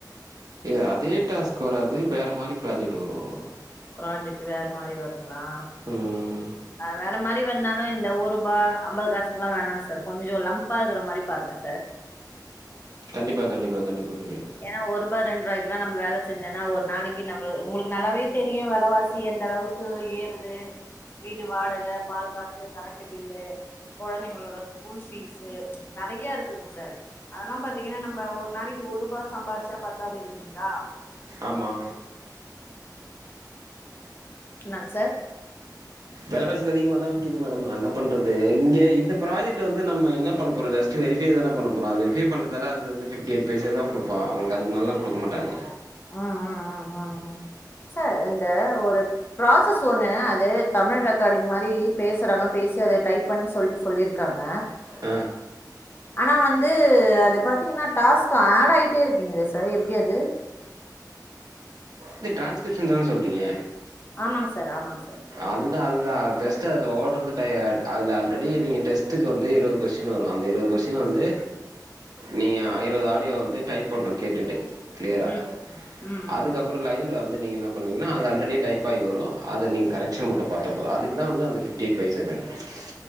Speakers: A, on the right (about 60°); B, on the left (about 30°).
A: இது அதே டாஸ்க் வராது வேற மாரி ப்ராஜெக்ட் வரு அவ்ளோதா
B: ப்ராஜெக்ட் வேற மாரி வருங்களா
A: ம்
B: வேற மாரி வந்தாலு இந்த ஒர் ரூபா அம்பது காசுக்கு எல்லா வேணாங்க சார் கொஞ்ச லம்ப் பா க்குற மாரி பாருங்க சார்
A: கண்டிப்பா கண்டிப்பா கண்டிப்பா கண்டிப்பா
B: ஏன்னா ஒரு ரூபா ரெண்டு ரூபாய்க்கு எல்லா நம்ம வேல செஞ்சோன்னா ஒரு நாளைக்கு நம்ப உங்களுக்கு நல்லாவே தெரியு விலவாசி எந்த அளவு க்கு ஏறுது வீடு வாடக பால் காசு கரண்டு பில்லு குழந்தைங்களோட ஸ்கூல் ஃபீஸு நெறய இருக்குங் சார் அதல்லா பாத்தீங்கன்னா நம்ப ஒரு நாளைக்கு ஒர் ரூபா சம்பாரிச்சா பத்தாது இல்லிங்களா
A: ஆமா
B: என்ன சார்
A: விலவாசி அதிகமா தா விக்குது மேடம் நா என்ன பண்றது இங்க இந்த ப்ராஜக்ட் வந்து நம்ம என்ன பண்ண போறோ ஜஸ்ட் ஜெஸ்ட வெரிஃபை தான பண்ண போறோ அது வெரிஃபை பண்ணறதால்ல அது வந்து ஃபிப்டி எயிட் பைசா தா குடுப்பா உங்களுக்கு அதுக்கு மேலல்லா குடுக்க மாட்டாங்க
B: அஅ அஅ சார் இந்த ஒரு ப்ராசஸ் ஒண்ணு அது தமிழ் ரெக்கார்டிங் மாரி பேசுறாங்க பேசி அத டைப் பண்ணி சொல்ட்டு சொல்லியிருக்காங்க
A: ஆ
B: ஆனா வந்து அது பாத்தீங்கன்னா டாஸ்க் ஆட் ஆகிட்டே இருக்கீங்குளே சார் எப்டி அது
A: இது டிரான்ஸ்கிரிப்ஷன் தான சொல்றீங்க
B: ஆமாங் சார் ஆமாங் சார்
A: அதுதா அதுதா ஜஸ்ட் அதுல ஓட்றது டயடூ அதுல ஆல்ரெடி நீங்க டெஸ்ட்டுக்கு வந்து இருவ் கொஸ்டின் வரு அந்த இருவது கொஸ்டின் வந்து நீங்க இருவது ஆடியோ வந்து டைப் பண்ணு கேட்டுட்டு கிளியரா
B: ம் ம் ம்
A: அதுக்கப்
B: ம்.
A: அப்புற லைவ்ல வந்து நீங்க இன்னா பண்ணுவீங்கனா அது அல்ரெடி டைப் ஆகி வரு அது நீங் கரக்ஷன் மட்டு பாத்த போது அதுக்குதா வந்து அந்த <unintelligible>